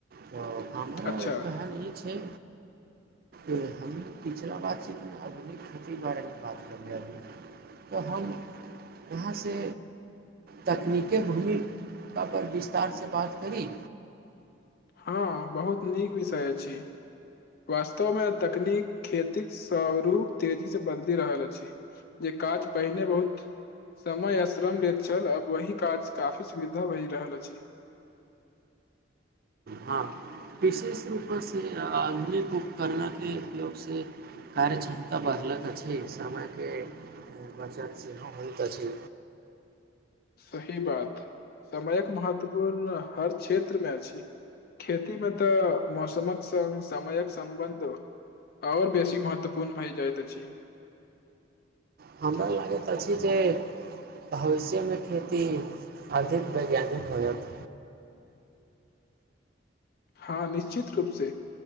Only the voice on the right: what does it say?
तऽ हमर
कहन ई छै जे हम पिछला बात चीत आधुनिक खेतीके बारेमे बात करले अभी तऽ हम जहाँ से तकनीकी भूमी परर विस्तारसँ बात करी
हँ विशेष रूपसँसँ आधुनिक उपकरणे उपयोगसँ कार्य क्षमता बढ़लक अछि समयके बचत सेहो होइत अछि
हमरा लागैत अछि जे भविष्यमे खेती अधिक वैज्ञानिक होयत